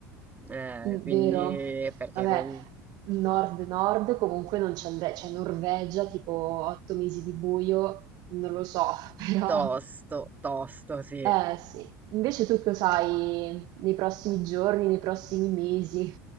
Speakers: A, on the right; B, on the right.
A: Eh,
B: Mm,
A: quindi
B: Vero?
A: perché
B: Vabbè,
A: comunque
B: nord-nord comunque non ci andrei, cioè Norvegia tipo otto mesi di buio, non lo so, <laughs> però
A: tosto, tosto, sì.
B: eh sì. Invece tu cosa sai nei prossimi giorni, nei prossimi mesi?